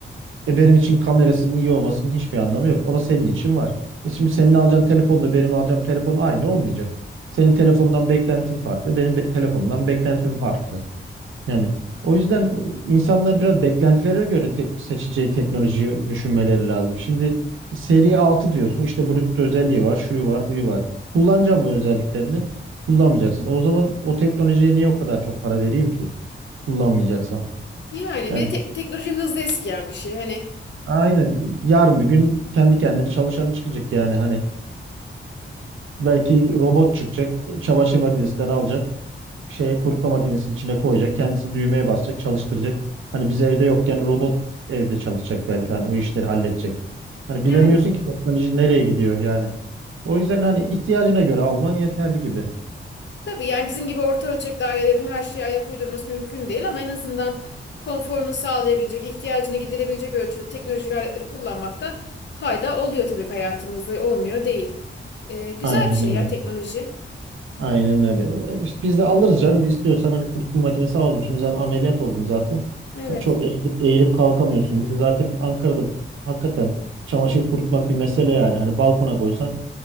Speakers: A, on the right; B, on the left.
A: E benim için kamerasının iyi olmasının hiçbir anlamı yok ama senin için var. E şimdi senin alacağın telefonla benim alacağım telefon aynı olmayacak. Senin telefondan beklentin farklı, benim be- telefondan beklentim farklı. Yani o yüzden e, insanlar biraz beklentilere göre tek seçeceği teknolojiyi düşünmeleri lazım. Şimdi seri 6 diyorsun işte Bluetooth özelliği var, şuyu var, buyu var. Kullanacağım mı özelliklerini? Kullanmayacaksın. O zaman o teknolojiye niye o kadar çok para vereyim ki kullanmayacaksam?
B: yani
A: Yani
B: bir de tek- teknoloji hızlı eskiyen bir şey. Hani
A: Aynen. Yarın bir gün kendi kendini çalışanı çıkacak yani hani belki robot çıkacak, çamaşır makinesinden alacak, şeye kurutma makinesinin içine koyacak, kendisi düğmeye basacak, çalıştıracak. Hani biz evde yokken robot evde çalışacak belki hani o işleri halledecek. Hani
B: yani
A: bilemiyorsun ki teknoloji nereye gidiyor yani. O yüzden hani ihtiyacına göre alman yeterli gibi.
B: Tabii yani bizim gibi orta ölçekli ailelerin her şeye ayak uydurması mümkün değil ama en azından konforunu sağlayabilecek, ihtiyacını giderebilecek ölçüde teknolojik aletleri kullanmakta fayda oluyor tabii ki hayatımızda. Olmuyor değil. Ee, güzel
A: Aynen
B: bir şey
A: öyle.
B: ya teknoloji.
A: Aynen öyle. E, işte biz de alırız canım. İstiyorsan hani kurutma makinesi alalım. Şimdi sen ameliyat oldun zaten.
B: Evet.
A: Ha, çok eğilip eğilip kalkamıyorsun. Bir de zaten Ankara'da hakikaten çamaşır kurutmak bir mesele yani. Hani balkona koysan